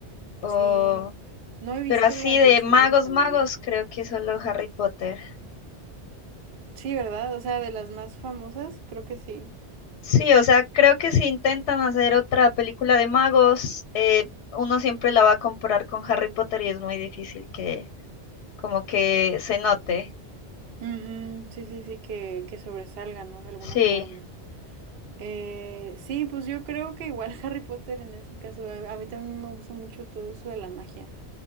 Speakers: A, on the left; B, on the right.
A: o...
B: Sí, no he visto
A: pero así
B: las
A: de
B: del Señor
A: magos,
B: de los Anillos.
A: magos, creo que solo Harry Potter.
B: Sí, ¿verdad? O sea, de las más famosas, creo que sí.
A: Sí, o sea, creo que si intentan hacer otra película de magos, eh, uno siempre la va a comparar con Harry Potter y es muy difícil que como que se note.
B: Ujú, Sí, sí, sí, que, que sobresalga, ¿no? De alguna
A: Sí,
B: forma. Eh, sí, pues yo creo que igual <laughs> Harry Potter en ese caso, a a mí también me gusta mucho todo eso de la magia.